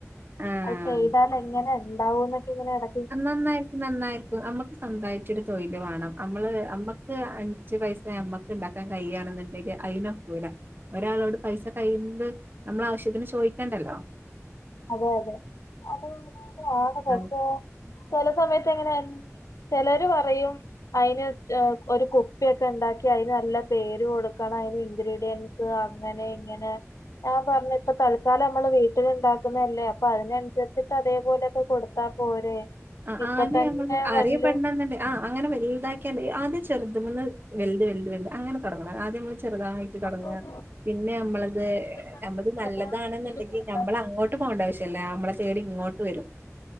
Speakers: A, on the right; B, on the left.
A: ആഹ്
B: അഅ് ചെയ്താലെങ്ങനെ ണ്ടാവൂന്നൊക്കെ ഇങ്ങനെ എട
A: നന്നായിരിക്കും നന്നായിരിക്കും നമ്മക്ക് സൊന്തായിട്ടൊരു തൊഴില് വേണം നമ്മള് അമ്മക്ക് അഞ്ച് പൈസ നമ്മ ക്ക് ണ്ടാക്കാൻ കഴിയാണെന്നുണ്ടെങ്കിൽ അയ്നൊക്കൂല ഒരാളോട് പൈസ കഴിയുന്നത് നമ്മളാവശ്യത്തിന് ചോയ്ക്കണ്ടല്ലോ
B: അതെ അതെ അതാന്നെണ് പക്ഷേ
A: ഉം
B: ചെല സമയത്ത് എങ്ങനെയ ചെലര് പറയും അതിന് ഒരു കുട്ടിപ്പിയൊക്കെയിണ്ടാക്കി അതിന് നല്ല പേര് കൊടുക്കണം അതിന് ഇൻഗ്രീഡിയ അങ്ങനെയിങ്ങനെ ഞാൻ പറഞ്ഞ് ഇപ്പ തൽക്കാലം നമ്മള് വീട്ടിലുണ്ടാ ക്കുന്നല്ലേ അപ്പൊ അതിനനുസരിച്ചിട്ട് അതേപോലെക്കെ കൊടുത്താ പോരെ
A: ആ
B: ഇപ്പൊ
A: ആദ്യം
B: തന്നെ
A: നമ്മള് അറിയപ്പെടണന്നണ്ട്
B: വല്യ
A: ആ അങ്ങന വലുതാക്കാണ്ട് ആദ്യം ചെറുതുന്ന് വലുത് വലുത് വലുത് അങ്ങനെ തൊടങ്ങണം ആദ്യം നിങ്ങള് ചെറുതായി ട്ട് തൊടങ്ങാ
B: ഒരു
A: പിന്നെ നമ്മളത്
B: കുപ്പി എടുക്കാണെങ്കിൽ
A: നമ്മത്
B: സാധാ
A: നല്ലതാണെന്നുണ്ടെങ്കിൽ
B: കുപ്പിയില് കൊടുത്താ
A: നമ്മളങ്ങോട്ട് പോവണ്ട ആവശ്യയില്ല നമ്മളെ തേടി ഇങ്ങോട്ട് വരും